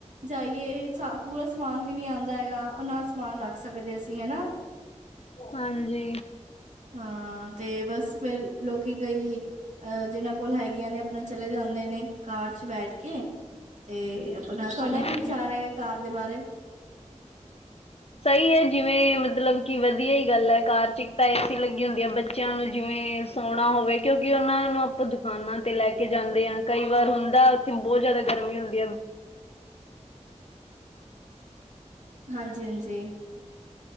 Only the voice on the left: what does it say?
ਹਾਂਜੀ।
ਹਾਂਜੀ
ਸਹੀ ਹੈ ਜਿਵੇਂ ਮਤਲਬ ਕਿ ਵਧੀਆ ਹੀ ਗੱਲ ਹੈ। ਕਾਰ ਚ ਇੱਕ ਤਾਂ ਏਸੀ ਲੱਗੀ ਹੁੰਦੀ ਹੈ। ਬ ਬੱਚਿਆਂ ਨੂੰ, ਜਿਵੇਂ ਸੋਣਾ ਹੋਵੇ ਕਿਉਂਕਿ, ਉਹਨਾਂ ਨੂੰ ਆਪਾਂ ਦੁਕਾਨਾਂ ਤੇ ਲੈ ਕੇ ਜਾਂਦੇ ਹਾਂ, ਕਈ ਵਾਰ ਹੁੰਦਾ। ਬਹੁਤ ਜਿਆਦਾ, ਗਰਮੀ ਹੁੰਦੀ ਐ।